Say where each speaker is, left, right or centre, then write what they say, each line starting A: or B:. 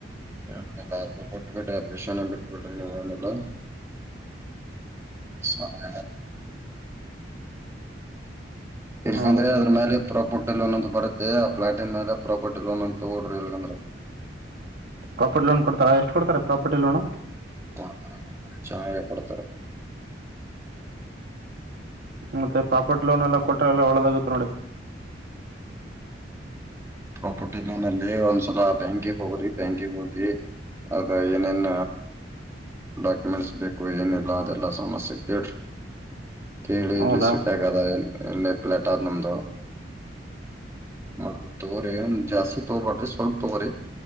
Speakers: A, on the right (about 15°); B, on the right (about 60°).
A: <unintelligible> ಕೊಟ್ಟು ಬಿಟ್ಟ ಆದ್ರ ವಿಷಯನ ಬಿಟ್ಟ ಬಿಡ್ರಿ. <unintelligible> <unintelligible> ಇಲ್ಲಂದ್ರೆ
B: ಹೌದು
A: ಅದ್ರ ಮೇಲೆ ಪುಾಪುಟ್ಟಲ್ಲಿ ಒಂದೊ ಬರುತ್ತೆ ಆ ಪಫ್ಲಾಟ್ನ್ ಮೇಲೆ ಪ್ರಾಪರ್ಟಿ ಲೋನ್ ಅಂತ ತಗೋಡ್ರಿ ಎಲ್ಗಂದ್ರ
B: ಪ್ರಾಪರ್ಟಿ ಲೋನ್ ಕೊಡ್ತಾರ ಎಷ್ಟು ಕೊಡ್ತಾರೆ ಪ್ರಾಪರ್ಟಿ ಲೋನು
A: <unintelligible> ಚ ಕೊಡ್ತಾರೆ
B: ಮತ್ತೆ ಪ್ರಾಪರ್ಟಿ ಲೋನ್ ಎಲ್ಲ ಕೊಟ್ರಲ್ಲ ಒಳ್ಳೆದಾಗುತ್ತೆ ನೋಡಿ
A: ಪ್ರಾಪರ್ಟಿ ಲೋನ ಅಲ್ಲಿ ಒಂದ್ಸಲ ಬ್ಯಾಂಕಿಗೆ ಹೋಗ್ರಿ ಬ್ಯಾಂಕಿಗೆ ಹೋಗಿ ಅದ ಏನೇನ್ ಡಾಕ್ಯುಮೆಂಟ್ಸ್ ಬೇಕು ಏನಿಲ್ಲ ಅದೆಲ್ಲಾ ಸಮಸ್ಯೆ ಕೇಳ್ರಿ ಕೇಳಿ
B: ಹೌದಾ
A: ಇಲ್ಲಿ ಸಿಕ್ಕಾಗಲ್ಲ ಏ ಎಲ್ಲಲ ನಮ್ದ ಮ ತಗೋರಿ ಒಂದ ಜಾಸ್ತಿ ತೊಗಬಾಡ್ರಿ ಸ್ವಲ್ಪ ತಗೋರಿ